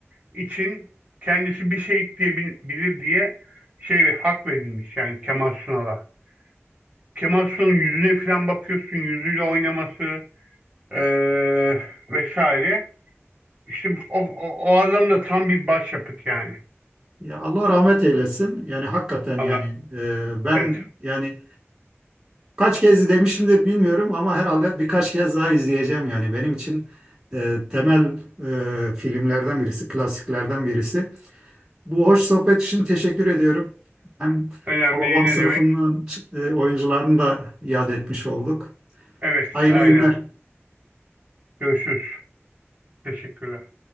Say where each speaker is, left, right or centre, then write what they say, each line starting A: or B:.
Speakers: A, on the right; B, on the right.
A: için kendisi bir şey ekleyebilir diye şey hak verilmiş yani Kemal Sunal'a. Kemal Sunal'ın yüzüne falan bakıyorsun, yüzüyle oynaması eee, vesaire. İşte o, o, o adam da tam bir başyapıt yani.
B: Ya Allah rahmet eylesin. Yani hakikaten
A: Allah,
B: yani e, ben
A: evet.
B: yani kaç kez demişimdir bilmiyorum ama herhalde birkaç kez daha izleyeceğim yani benim için e, temel e, filmlerden birisi, klasiklerden birisi. Bu hoş sohbet için teşekkür ediyorum. Hem
A: Önemli
B: Hababam
A: ne
B: sınıfının
A: demek?
B: ç- e, oyuncularını da iade etmiş olduk.
A: Evet,
B: Hayırlı
A: aynen.
B: günler.
A: Görüşürüz. Teşekkürler.